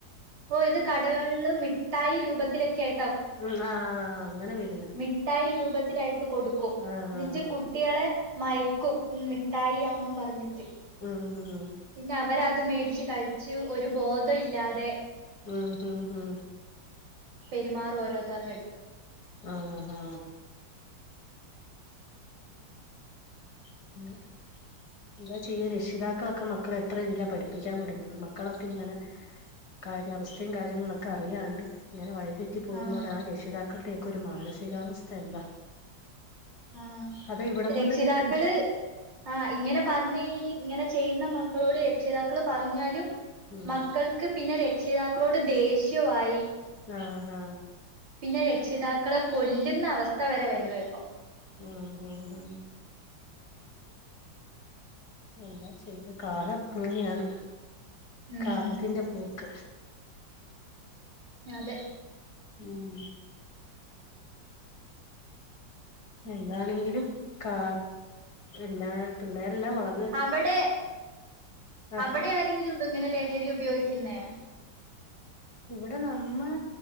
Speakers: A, on the right; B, on the left.
A: പ്പോ ഇത് കടകള്ല് മിഠായി രൂപത്തിലൊക്കെ ആയി
B: മ് ആഹ് ആഹ് അങ്ങനെ വെ
A: മിഠായി രൂപത്തിലായിട്ട് കൊടുക്കും,
B: ആഹ്
A: ഇന്നിട്ട്
B: ആഹ്
A: കുട്ടികളെ
B: ആഹ്
A: മയക്കും മിഠായിയാന്നും പറഞ്ഞിട്ട്.
B: മ് മ്
A: പിന്നെ അവരത് മേടിച്ച് കഴിച്ച് ഒരു ബോധോ ഇല്ലാതെ
B: മ് മ് മ്
A: പെരുമാറും ഓരോർത്തർടടുത്ത്.
B: ആഹ് ആഹ് ഹാ <unintelligible> എന്താ ചെയ്യാ രക്ഷിതാക്കളൊക്കെ മക്കളെ എത്ര ഇതില പഠിപ്പിക്കാൻ വിടുന്നത്, മക്കളൊക്കെ ഇങ്ങനെ കാര്യ അവസ്ഥയും കാര്യങ്ങളൊക്കെ അറിയാണ്ട് ഇങ്ങനെ വഴി തെറ്റി പോവുമ്പോൾ
A: ആഹ്
B: ആ രക്ഷിതാക്കളുടെയൊക്കെ ഒരു മാനസികാവസ്ഥ എന്താ.
A: ആഹ്
B: അത് ഇവിടം
A: രക്ഷിതാക്കള്
B: കൊണ്ട് നിക്കുന്ന
A: ആഹ് ഇങ്ങനെ പറഞ്ഞ് കയിഞ്ഞ് ഇങ്ങനെ ചെയ്യുന്ന മക്കളോട് രക്ഷിതാക്കള് പറഞ്ഞാലും
B: ഉം
A: മക്കൾക്ക് പിന്നെ രക്ഷിതാക്കളോട് ദേഷ്യവായി.
B: ആഹ് ഹാ
A: പിന്നെ രക്ഷിതാക്കളെ കൊല്ലുന്ന അവസ്ഥ വരെ വരുവ ഇപ്പം.
B: മ് മ് മ് എന്താ ചെയ്യാ കാലം അങ്ങനെയാണ്,
A: ഉം
B: കാലത്തിന്റെ പോക്ക്.
A: അതെ.
B: മ് എന്താണെങ്കിലും കാ എല്ലാ പിള്ളേരെല്ലാം വള
A: അവടെ
B: ആ
A: അവടെ ആരെങ്കിലും ഉണ്ടോ ഇങ്ങനെ ലഹരി ഉപയോഗിക്കുന്നെ.
B: ഇവടെ നമ്മള